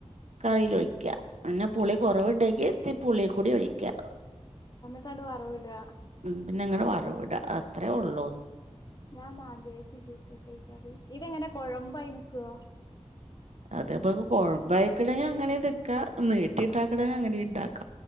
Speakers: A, on the right; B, on the left.
A: കറിൽ ഒഴിക്ക പിന്നെ പുളി കുറവുണ്ടെങ്കി തി പുളി കൂടി ഒഴിക്കാ
B: ഇണ്ട് വറവ വിടുക
A: ഉ പിന്നെ ഇങ്ങനെ പറവിട അത്രയേ ഉള്ളൂ
B: ഞാൻ ആദ്യമായിട്ട് കേക്കട്ടെ കറി ഇതെങ്ങനെ കുഴമ്പായി നിക്കുവോ
A: അതപ്പൊ കൊഴമ്പായിക്കളെ അങ്ങനെ നിൽക്കാ നീട്ടി ഇട്ടാക്കണ അങ്ങനെ ഇണ്ടാക്ക